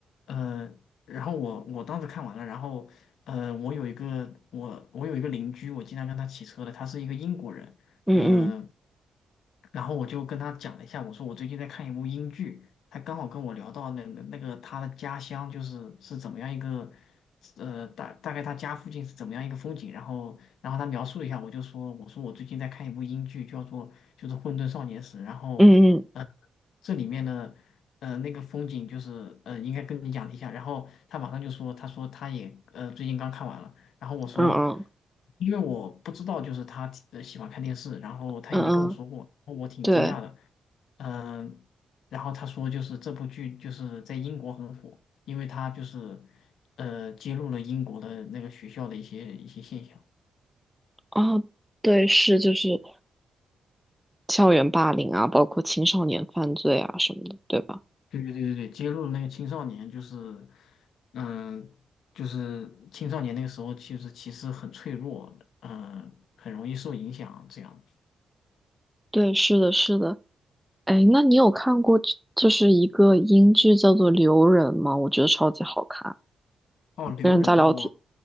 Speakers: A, on the left; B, in the centre.
A: 呃，然后我我当时看完了，然后呃，我有一个我我有一个邻居，我经常跟他骑车的，他是一个英国人，
B: 嗯嗯
A: 嗯、然后我就跟他讲了一下，我说我最近在看一部英剧，他刚好跟我聊到那那那个他的家乡就是是怎么样一个。呃，大大概他家附近是怎么样一个风景，然后然后他描述了一下，我就说我说我最近在看一部英剧，叫做就是《混沌少年时》，然后呃
B: 嗯嗯
A: 这里面的呃那个风景就是呃应该跟你讲一下，然后他马上就说他说他也呃最近刚看完了，然后我说
B: 嗯嗯
A: 因为我不知道就是他呃喜欢看电视，然后他也没跟我说过，
B: 嗯嗯，
A: 然后我挺惊讶的，
B: 对，
A: 嗯、然后他说，就是这部剧就是在英国很火，因为他就是呃，揭露了英国的那个学校的一些一些现象。
B: 哦对，是就是校园霸凌啊，包括青少年犯罪啊什么的，对吧？
A: 对对对对对，揭露了那个青少年，就是，嗯，就是青少年那个时候，其实其实很脆弱，嗯，很容易受影响。这样，
B: 对，是的，是的。哎，那你有看过这就是一个英剧叫做《留人》吗？我觉得超级好看，
A: 哦，留人啊，
B: 跟人家聊天
A: 我，